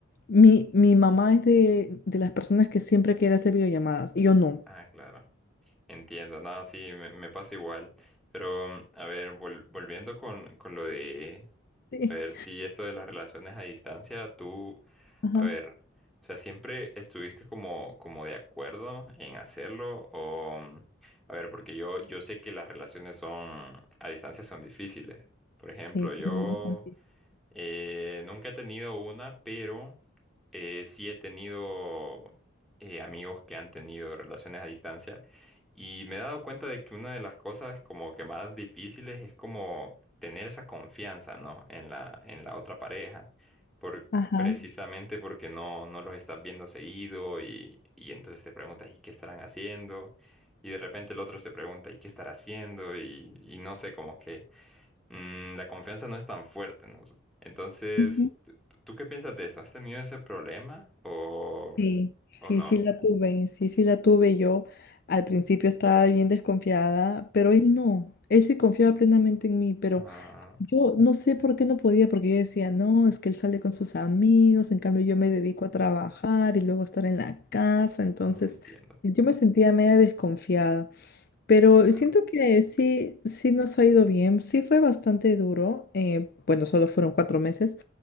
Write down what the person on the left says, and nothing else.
Mi, mi mamá es de, de las personas que siempre quiere hacer videollamadas y yo no.
Sí.
Ajá.
Sí,
como más antiguo.
Ajá.
Ujú.
Sí, sí,
sí la tuve, sí, sí la tuve. Yo al principio estaba bien desconfiada, pero él no. Él sí confiaba plenamente en mí, pero
yo no sé por qué no podía, porque yo decía, no, es que él sale con sus amigos, en cambio yo me dedico a trabajar y luego estar en la casa, entonces
yo me sentía media desconfiada. Pero
siento que sí, sí nos ha ido bien, sí fue bastante duro, eh, bueno, solo fueron cuatro meses,